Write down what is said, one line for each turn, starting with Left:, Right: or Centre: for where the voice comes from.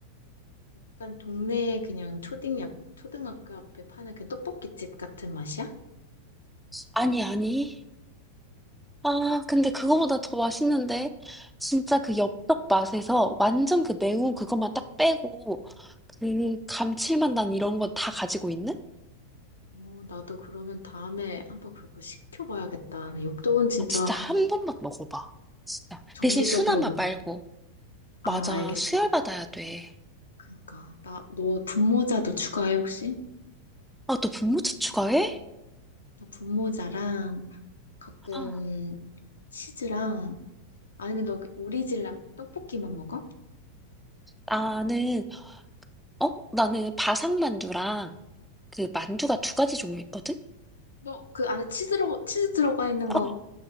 Left: 약간 동네 그냥 초딩, 약, 초등학교 앞에 파는 그 떡볶이집 같은 맛이야?
Centre: 아니, 아니. 아, 근데 그거보다 더 맛있는데. 진짜 그 엽떡 맛에서 완전 그 매운 그것만 딱 빼고 그 감칠맛 난 이런 건 다 가지고 있는?
Left: 어, 나도 그러면 다음에 한번 그거 시켜봐야겠다. 엽떡은 진짜
Centre: 아, 진짜 한 번만 먹어봐. 진짜.
Left: 정기적으로
Centre: 대신 순한 맛
Left: 먹어요.
Centre: 말고.
Left: 아,
Centre: 맞아.
Left: 알겠어요.
Centre: 수혈 받아야 돼.
Left: 그러니까 나 너 분모자도 추가해 혹시?
Centre: 아, 너 분무채 추가해?
Left: 나 분모자랑 가끔
Centre: 아,
Left: 치즈랑 아니면 너 오리지널 떡볶이만 먹어?
Centre: 나는, 어? 나는 바삭만두랑 그 만두가 두 가지 종류 있거든?
Left: 너 그 안에 치즈 들어 치즈 들어가 있는
Centre: 어,
Left: 거